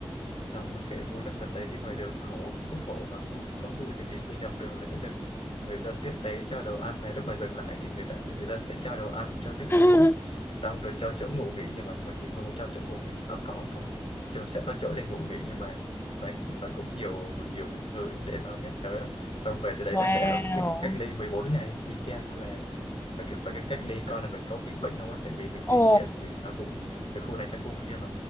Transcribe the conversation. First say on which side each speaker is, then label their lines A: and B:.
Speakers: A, on the left (about 70°); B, on the left (about 25°).
A: xong nó kể vui lắm đợt đấy đi ngoài đường khổ cũng có khổ và vui cũng có vui tại vì đi dọc đường là sẽ được người dân tiếp tế cho đồ ăn này lúc mà dừng lại thì người ta người dân sẽ cho đồ ăn cho nước
B: <laughs>
A: uống xong rồi cho chỗ ngủ nghỉ nhưng mà hồi nhìn không có cho chỗ ngủ nghỉ ờ có có chúng sẽ có chỗ để ngủ nghỉ nhưng mà đấy nó cũng nhiều nhiều thứ để nó nhắc tới lắm xong về từ đấy
B: wow
A: là sẽ bị cách ly 14 ngày y chang là phải kiểu phải cách ly coi là mình có bị bệnh không á tại vì mình di
B: ồ
A: chuyển thì nó cũng từ khu này sang khu kia mà